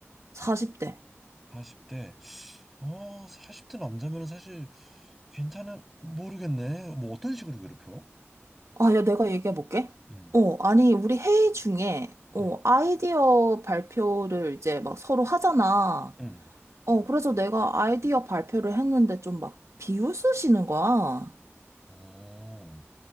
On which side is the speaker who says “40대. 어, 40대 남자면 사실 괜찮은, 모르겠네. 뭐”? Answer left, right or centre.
Centre